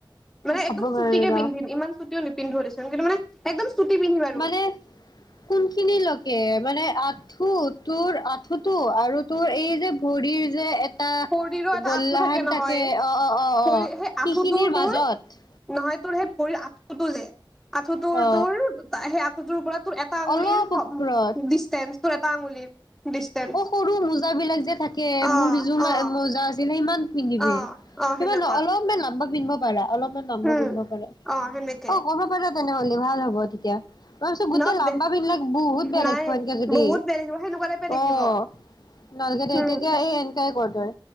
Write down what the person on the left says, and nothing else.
ভাবিব
পাৰে
ৰ
মানে কোনখিনি লকে। মানে আঁঠু তোৰ আঁঠুটো আৰু তোৰ এই যে ভৰিৰ যে এটা
গল্লাহান
থাকে অ অ অ
অ
সেইখিনিৰ
মাজত।
অ
অলপ
ওপৰত
অ' সৰু মোজাবিলাক যে থাকে,
মোৰ
মোজা আছিলে ইমান পিন্ধিবি
ইমান অলপমান ন পিন্ধিব পাৰা। অলপমান লমবা
পিন্ধিব পাৰা।
অঁ কৰিব পাৰা। তেনেহ'লে ভাল হ'ব তেতিয়া। মই ভাবিছো গোটেই
লাম্বা
পিন্ধিলে বহুত বেয়া
দেখিব এনকে যদি।
অ', নালগে দে
তেতিয়া এই এনেকে ট্রাই কৰ তই।